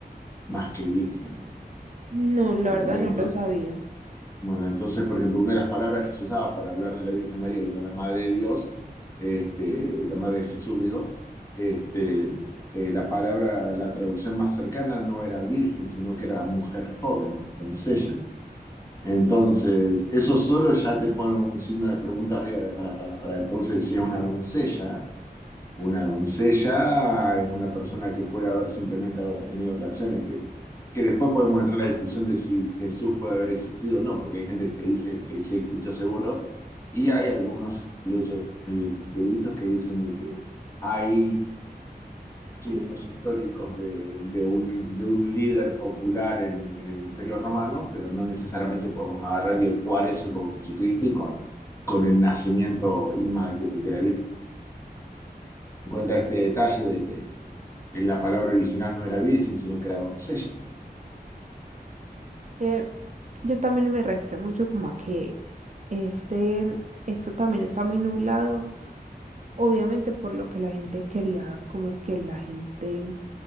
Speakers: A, on the left; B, on the right.
A: más que virgen.
B: no, la
A: ¿entendés?
B: verdad no
A: Entonces,
B: lo sabía.
A: bueno, entonces, por ejemplo, una de las palabras que se usaba para hablar de la Virgen María, que era la Madre de Dios, este, la Madre de Jesús, digo, este, eh, la palabra, la traducción más cercana no era virgen, sino que era mujer joven, doncella. Entonces, eso solo ya te pone un signo de pregunta arriba de para, para, para. Entonces, si es una doncella, una doncella es una persona que puede haber simplemente haber tenido relaciones, que, que después podemos entrar a la discusión de si Jesús puede haber existido o no, porque hay gente que dice que sí existió seguro, y hay algunos estudiosos y eruditos que dicen de que hay signos históricos de, de un, de un líder popular en, en el Imperio Romano, pero no necesariamente podemos agarrar y ecuar eso con Jesucristo y con, con el nacimiento inma- de, de la Virgen. Cuenta este detalle de que en la palabra original no era virgen, sino que era doncella.
B: que yo también me refiero mucho como a que este, esto también está muy nublado, obviamente por lo que la gente quería, como que la gente